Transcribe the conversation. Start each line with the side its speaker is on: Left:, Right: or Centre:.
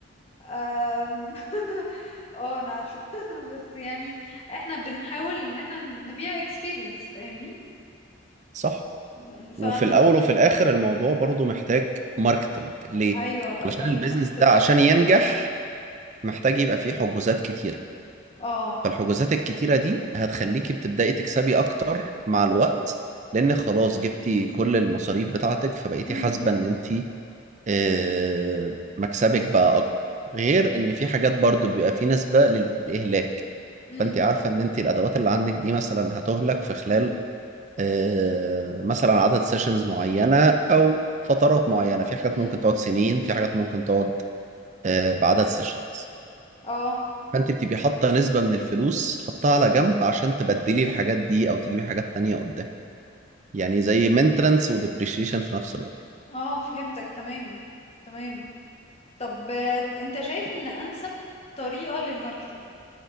Left: أم... <laughs> اه انا عارفة <laughs> بس يعني احنا بنحاول ان احنا نبيع experience فاهمني
Right: صح
Left: م، فانا
Right: وفي الاول وفي الاخر الموضوع برضو محتاج ماركتنج ليه
Left: ايوه بقى
Right: علشان
Left: ده اللي
Right: البيزنس
Left: انا كنت
Right: ده
Left: داخله
Right: عشان
Left: لك
Right: ينجح
Left: فيه
Right: محتاج يبقى فيه حجوزات كتيرة
Left: اه
Right: فالحجوزات الكتيرة دي هتخليكي بتبدأي تكسبي اكتر مع الوقت لان خلاص جبتي كل المصاريف بتاعتك فبقيتي
Left: امم
Right: حاسبة
Left: امم
Right: ان انت آه، مكسبك بقى اكبر غير ان في حاجات برضو بيبقى في نسبة للاهلاك
Left: امم
Right: فانت عارفة ان انت الادوات اللي عندك دي مثلا هتهلك في خلال آه، مثلا عدد سيشنز معينة او فترات معينة في حاجات
Left: امم
Right: ممكن تقعد سنين في حاجات ممكن تقعد آه، بعدد سيشنز
Left: اه
Right: فانت بتبقي حاطة نسبة من الفلوس حطها على جنب عشان تبدلي الحاجات دي او تجيبي حاجات تانية قدام يعني زي مينترنس وديبريشيشن في نفس الوقت
Left: اه فهمتك تمام تمام طب آه، انت شايف ان انسب طريقة للماركتينج